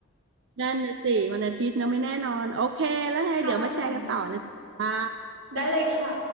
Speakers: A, on the right; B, on the right.
A: นั่นนะสิวันอาทิตย์เนอะไม่แน่นอนโอเคแล้วไงเดี๋ยวมาแชร์กันต่อนะคะ
B: ค่ะได้เลยค่ะ